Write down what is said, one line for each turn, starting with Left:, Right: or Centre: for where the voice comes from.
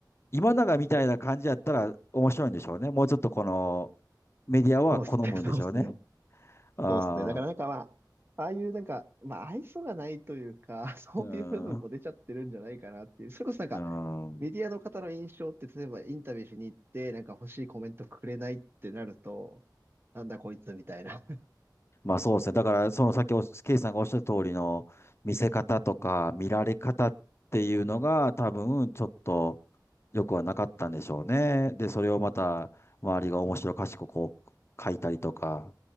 Left: 今永みたいな感じやったら面白いんでしょうね。もうちょっとこの、メディアは好むんでしょうね。
Right: そうですね。<laughs> そうですね。
Left: ああ、
Right: そうですね。だからなんかまあ、ああいうなんか、まあ、愛想がないというか、<laughs> そういう部分も出ちゃってるんじゃないかなっていう。
Left: うん、
Right: それこそなんか、
Left: うん。
Right: メディアの方の印象って、例えばインタビューしに行って、なんか欲しいコメントくれないってなると、なんだこいつみたいな、
Left: まあそうですね。だから、その先お、ケイさんがおっしゃる通りの見せ方とか見られ方っていうのが多分ちょっと良くはなかったんでしょうね。で、それをまた周りが面白おかしくこう書いたりとか、